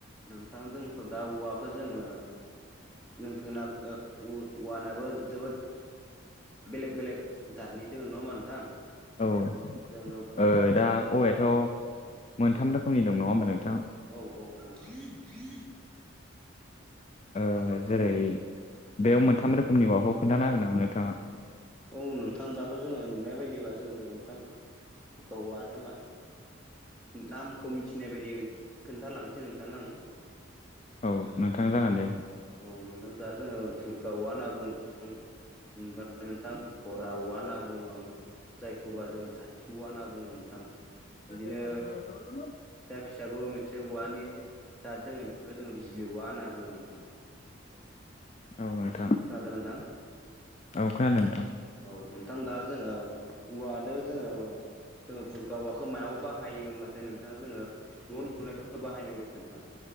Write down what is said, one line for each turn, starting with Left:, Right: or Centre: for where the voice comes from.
Centre: नोंथां जोंथ' दा औवाखौ जोङो नोंथांना ओ उ औवानाबो जोबोद बेलेग बेलेग जतनि दोङो नङा होमबा नोंथां।
Left: औ ओ
Centre: जोङो मा
Left: दा
Centre: होनना बुङो
Left: औवायाथ'
Centre: नोंथां
Left: मोनथाम
Centre: औ
Left: रोखोमनि दं नङा होमबा नोंथां।
Centre: औ -औ -औ <unintelligible>
Left: ओ जेरै बेयाव मोनथाम रोखोमनि औवाखौ खोनथानो हागोन नामा नोंथाङा?
Centre: औ नोंथां दाथ' जोङो नुनाय बायदिबा जोंथ' नोंथां। <unintelligible> नामखौ मिथिनाय बायदि खोन्थालांसै नोंथांनो आं।
Left: औ नोंथां जागोन दे।
Centre: औ नोंथां दा जोङो बुरखा औवा होनना बुङो। नोंथां खरा वा होनना बुङो, जायखौबा जों जाथिवा होनना बुङो नोंथां।
Left: <unintelligible>
Centre: बिदिनो फिसा फिसाबो मोनसे औवानि जाद दोङो बेखौ जोङो बिजिलि औवा होनना बुङो नोंथां‌।
Left: औ नोंथां।
Centre: खोनादों नोंथां?
Left: औ खोनादों नोंथां।
Centre: औ नोंथां दा जोङो औवाजों जोङो। जोङो बुरखा औवाखौ मायाव बाहायो होमबाथाय नोंथाङा जोङो। न' लुनायफोराव बाहायनाय जायो नोंथां।